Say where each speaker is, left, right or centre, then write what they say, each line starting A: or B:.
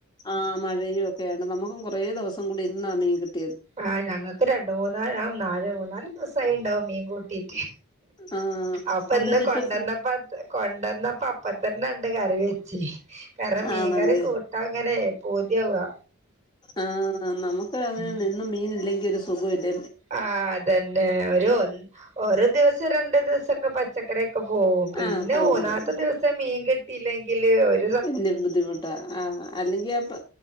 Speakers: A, on the left; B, on the right.
A: ആഹ് മഴയും ഒക്കെയാണ് നമുക്കും കുറേ ദിവസം കൂടി ഇന്നാ മീൻ കിട്ട്
B: ആഹ് ഞങ്ങക്ക് രണ്ട് മൂന്നാല് ആഹ് നാല് മൂന്നാല് ദിവസായി ഇണ്ടാവും മീൻ കൂട്ടീട്ട്
A: ആഹ്
B: അപ്പൊ
A: അതല്ല
B: ഇന്ന് കൊണ്ടന്നപ്പോ
A: ഇപ്പൊ
B: കൊ ണ്ടെന്നപ്പോ അപ്പൊത്തന്നെ ഇങ്ങട്ട് കറിവച്ചി കാരണം മീൻകറി
A: ആണല്ലേ
B: കൂ ട്ടങ്ങനെ പൂതിയാവാ
A: ആഹ് നമുക്ക് അതെ
B: ഉം
A: നിന്നും മീൻ ഇല്ലെങ്കിൽ ഒരു സുഖം ഇല്ല
B: ആഹ് അതന്നെ ഒരു ഒരു ദിവസം രണ്ടു ദിവസംഒക്കെ പച്ചക്കറ്യൊക്കെ പോവും. പിന്നെ
A: ആഹ് പോവും
B: മൂന്നാമത്തെ
A: പോവും
B: ദിവസം മീൻകിട്ടിയില്ലെങ്കില് ഒര്
A: വല്യ ബുദ്ധിമുട്ടാ ആഹ് അല്ലെങ്കി അപ്പൊ